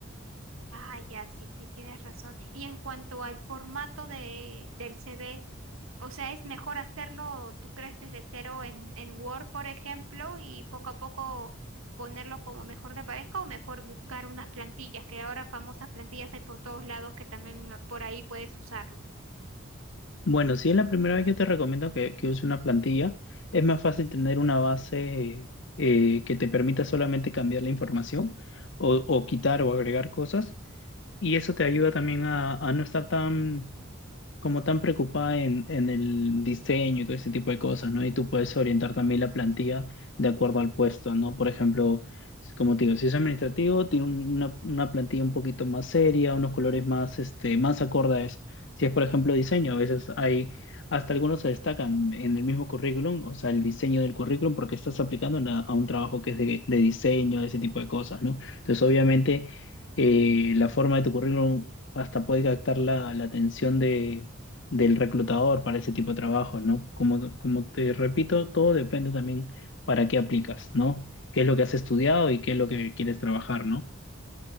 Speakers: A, on the right; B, on the left.
A: Ah, ya, sí, sí, tienes razón. Y en cuanto al formato de, del CV, o sea, ¿es mejor hacerlo, tú crees, desde cero en, en Word, por ejemplo, y poco a poco ponerlo como mejor te parezca o mejor buscar unas plantillas, que ahora famosas plantillas hay por todos lados que también por ahí puedes usarlo?
B: Bueno, si es la primera vez, yo te recomiendo que, que uses una plantilla. Es más fácil tener una base eh, que te permita solamente cambiar la información o, o quitar o agregar cosas. Y eso te ayuda también a, a no estar tan, como tan preocupada en, en el diseño y todo ese tipo de cosas, ¿no? Y tú puedes orientar también la plantilla de acuerdo al puesto, ¿no? Por ejemplo, como te digo, si es administrativo, tiene un- una, una plantilla un poquito más seria, unos colores más, este, más acorde a eso. Si es, por ejemplo, diseño, a veces hay, hasta algunos se destacan en el mismo currículum, o sea, el diseño del currículum, porque estás aplicando en a un trabajo que es de, de diseño, ese tipo de cosas, ¿no? Entonces, obviamente, eh, la forma de tu currículum hasta puede captar la, la atención de, del reclutador para ese tipo de trabajos, ¿no? Como, como te repito, todo depende también para qué aplicas, ¿no? ¿Qué es lo que has estudiado y qué es lo que quieres trabajar, ¿no?